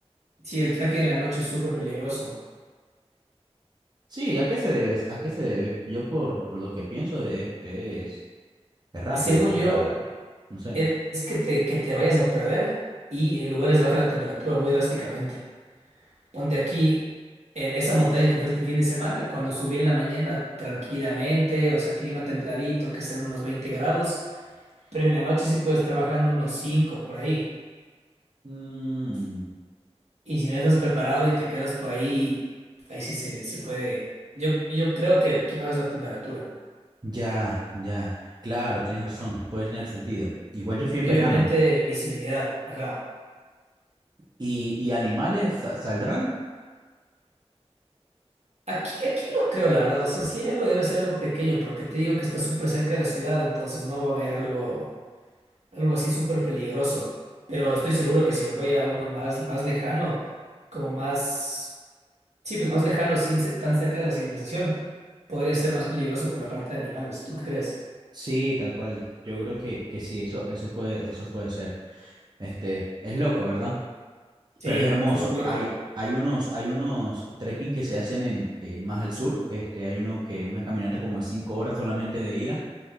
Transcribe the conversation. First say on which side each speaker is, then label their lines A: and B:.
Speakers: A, on the right; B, on the right.
A: Sí, el trekking en la noche es súper peligroso.
B: Sí, ¿a qué se debe? ¿A qué se debe? Yo por, por lo que pienso es, es, es rápido,
A: Según
B: o
A: yo,
B: sea, no sé.
A: es es que te, que te vayas a perder y en lugares baja la temperatura muy drásticamente. Ponte aquí, en esa montaña que fuiste fin de semana, cuando subí en la mañana tranquilamente, o sea, clima templadito, que será unos 20 grados, pero en la noche sí puede estar bajando unos 5 por ahí.
B: Mm,
A: Y si no estás preparado y te quedas por ahí, ahí sí se, se puede. Yo, yo creo que aquí más la temperatura.
B: Ya, ya, claro, tienes razón, puede tener sentido. Igual yo fui en
A: Y
B: verano.
A: obviamente visibilidad, acá.
B: ¿Y, y animales sa- saldrán?
A: Aquí, aquí no creo, la verdad. O sea, si hay algo, debe ser algo pequeño, porque te digo que está súper cerca de la ciudad, entonces no va a haber algo, algo así súper peligroso. Pero estoy seguro que si me voy a uno más, más lejano, como más, sí, pues más lejano, sin ser tan cerca de la civilización, podría ser más peligroso por la parte de animales. ¿Tú qué crees?
B: Sí, tal cual. Yo creo que, que sí, eso, eso puede, eso puede ser. Este, es loco, ¿verdad?
A: Sí,
B: Pero es hermoso.
A: súper loco.
B: Hay, hay unos, hay unos trekking que se hacen en, en más al sur. Este, hay uno que, una caminata como de cinco horas solamente de ida